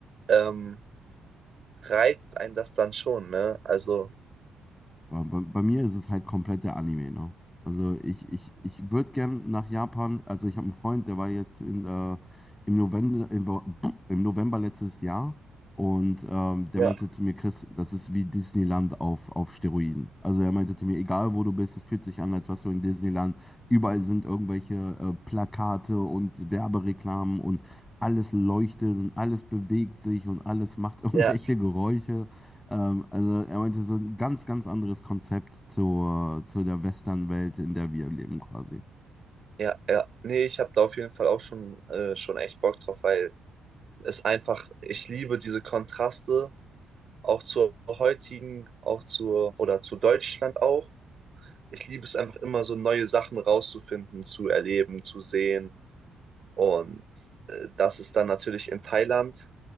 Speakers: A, on the right; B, on the left.
A: ähm, reizt einen das dann schon, ne? Also,
B: Bei, bei, bei mir ist es halt komplett der Anime, ne? Also ich, ich, ich würde gern nach Japan, also ich habe einen Freund, der war jetzt in, äh, im November, im, Wo- im November letztes Jahr und ähm, der
A: ja,
B: meinte zu mir, Chris, das ist wie Disneyland auf, auf Steroiden. Also er meinte zu mir, egal wo du bist, es fühlt sich an, als wärst du in Disneyland. Überall sind irgendwelche äh, Plakate und Werbereklamen und alles leuchtet und alles bewegt sich und alles macht <laughs> irgendwelche
A: ja.
B: Geräusche. Ähm, also er meinte so ein ganz, ganz anderes Konzept zur, zu der Western-Welt, in der wir leben quasi.
A: Ja, ja. Nee, ich habe da auf jeden Fall auch schon, äh, schon echt Bock drauf, weil es einfach, ich liebe diese Kontraste, auch zur heutigen, auch zur, oder zu Deutschland auch. Ich liebe es einfach immer so neue Sachen rauszufinden, zu erleben, zu sehen. Und äh, das ist dann natürlich in Thailand